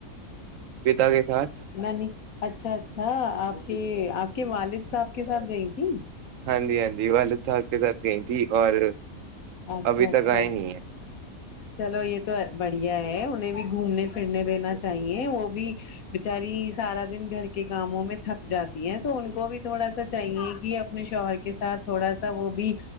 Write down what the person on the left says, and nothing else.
نہ نہیں اچھا اچھا آپ کے آپ کے والد صاحب کے ساتھ گئی تھی
اچھا
اچھا
چلو یہ تو بڑھیا ہے انہیں بھی گھومنے پھرنے دینا چاہیے وہ بھی بچاری سارا دن گھر کے کاموں میں تھک جات ہیں تو ان کو بھی تھوڑا سا چاہیے کہ اپنے شوہر کے ساتھ تھوڑا سا وہ بھی